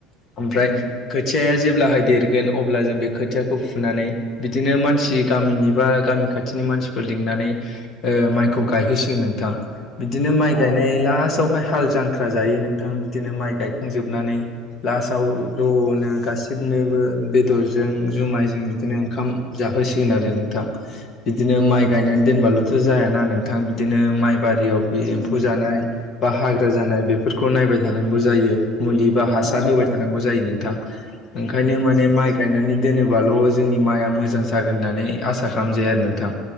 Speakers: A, on the left (about 35°); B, on the left (about 80°).
A: ओमफ्राय
B: उम
A: खोथियाया जेब्लाहाय देरगोन अब्ला जों बे खोथिया खौ फुनानै बिदिनो मानसि गामिनि बा गामि खाथिनि मानसिफोर लिंनानै ओ माइखौ गायहोसिग नोंथां। बिदिनो माइ
B: अ
A: गायनाय लास्टावहाय हाल जांख्रा जायो नों थां बिदिनो माइ गायखांजोबनानै लास्टाव ज'नो गासिबनोबो बेदरजों जुमायजों बिदिनो ओंखाम जाहोसिगोन आरो नोंथां। बिदिनो माइ गायनानै दोनबाल'थ' जायाना नोंथां बिदिनो माइ बारियाव बे एम्फौ
B: उम
A: जानाय बा हाग्रा जानाय बेफोरखौ नायबाय थानांगौ जायो। मुलि बा हासार
B: अ
A: होबाय थानांगौ जायो नोंथां। ओंखायनो
B: उम
A: माने माइ गायनानै दोनोबाल' जोंनि माइआ मोजां जागोन होननानै आसा सा खालामजाया आरो नोंथां।